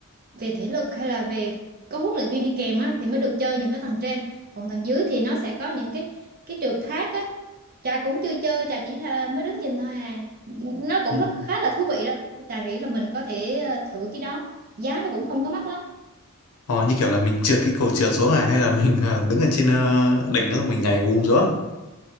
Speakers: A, on the right (about 40°); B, on the left (about 75°).
A: về thể lực hay là về có huấn luyện viên đi kèm á thì mới được chơi những cái tầng trên còn tầng dưới thì nó sẽ có những cái cái trượt thác á Trà cũng chưa chơi Trà chỉ tha- mới đứng nhìn thôi à nó cũng rất
B: Ồ.
A: khá là thú vị đó Trà nghĩ là mình có thể ờ, thử cái đó giá nó cũng không có mắc lắm
B: Ồ, như kiểu là mình trượt cái cầu trượt xuống à hay là mình ờ, đứng ở trên ờ, đỉnh đó rồi mình nhảy bùm xuống?